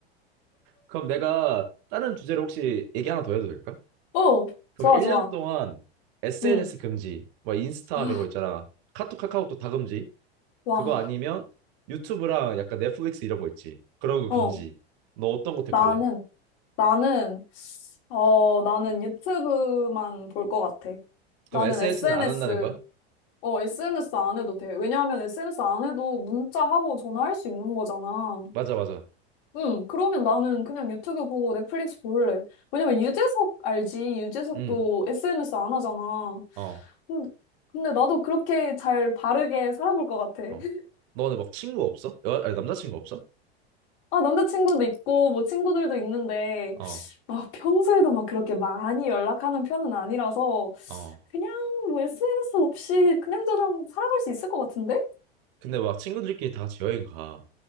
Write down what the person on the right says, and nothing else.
그럼 내가 다른 주제로 혹시 얘기 하나 더 해도 될까?
그럼
1년
동안 SNS
금지, 뭐 인스타
그런 거 있잖아. 카톡, 카카오톡 다 금지.
그거 아니면 유튜브랑 약간 넷플릭스 이런 거 있지. 그런 거
금지. 너 어떤 거 택할래?
그럼
SNS는
안 한다는 거야?
맞아, 맞아.
응,
어,
어.
너는 막 친구 없어? 여, 아니, 남자친구 없어?
어,
어.
근데 막 친구들끼리 다 같이 여행 가.